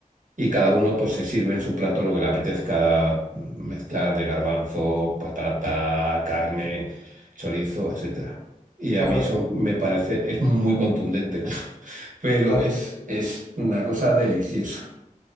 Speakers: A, on the right; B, on the left.
A: Y cada uno pues se sirve en su plato lo que le apetezca mm, mezclar de garbanzo, patata, carne, chorizo, etcétera. Y
B: claro,
A: a mí eso
B: es un,
A: me parece, es muy contundente. <laughs> pero
B: claro,
A: es, es una cosa deliciosa.